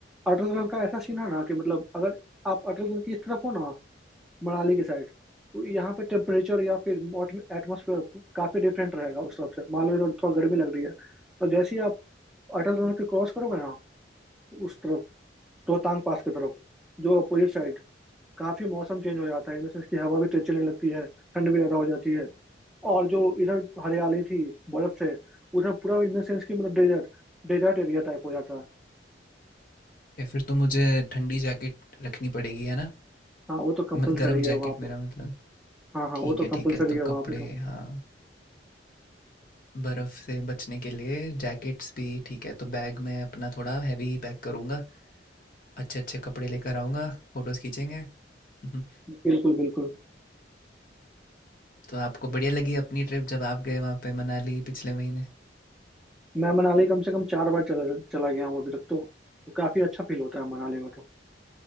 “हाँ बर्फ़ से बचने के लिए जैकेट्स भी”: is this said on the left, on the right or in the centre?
Left